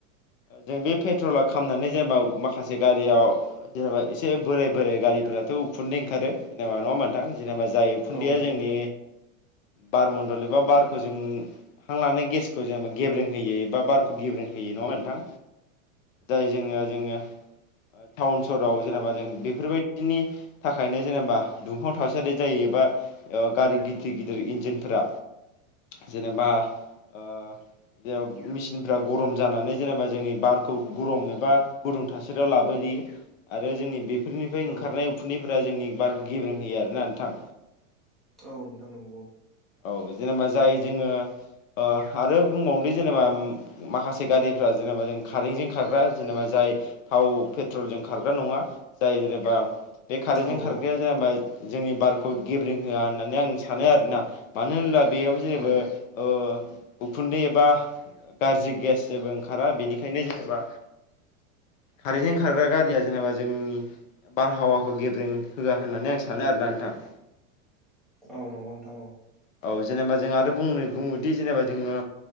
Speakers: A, on the left (about 70°); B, in the centre.
A: जों बे पेट्रला खामनानै जेनेबा माखासे गारियाव जेनेबा एसे बोराय बोराइ गारिफोराथ' उखुन्दै ओंखारो जेनेबा नङा मोनथां जेनेबा जाय उखुन्दैया
B: औ नंगौ
A: जोंनि
B: नोंथां
A: बार मन्दल एबा बारखौ जों हां लानाय गेसखौ जेनेबा गेब्रें होयो एबा बार खौ गेब्रेें होयो नङा नोंथां? जाय जोनियाव जोङो टाउन सहराव जेनेबा जों बेफोरबायदिनि थाखायनो जेनेबा दुंफाव थासारि जायोबा गारि गिदिर गिदिर इन्जिनफोरा जेनेबा ओ जेराव मेसिनफ्रा गरम जानानै जेनेबा जोंनि बारखौ गरम एबा गुदुं थासारियाव लाबोयो आरो जोंनि बेफोरनिफ्राय ओंखारनाय
B: औ
A: उखुन्दै फोरा जोंनि बारखौ गेब्रें होयो आरोना नोंथां।
B: औ नोंथां नंनौ।
A: औ जेनेबा जाय जोङो अह आरो बुंबावनोदि जेनेबा माखासे गारिफ्रा जेनेबा जों खारेंजों खारग्रा जेनेबा जाय थाव पेट्रलजों खारग्रा नङा जाय जेनेबा बे खारेनन्टजों
B: औ औ
A: खारग्राया जेनबा जोंनि बारखौ गेब्रिं होआ होननानै आं सानो आरोना? मानो होनो ब्ला बेयाव जेनेबो
B: औ
A: ओ उखुन्दै एबा गाज्रि गेस जेबो ओंखारा बेनिखायनो जेनेबा कारेेनन्टजों ओंखारग्रा गारिया जेनेबा जोंनि बारहावाखौ गेब्रें होआ होननानै आं सानो आरोना नोंथां?
B: औ नंगौ नोंथां। औ
A: औ जेनेबा जों आरो बुंनो बुङोदि जेनेबा जोङो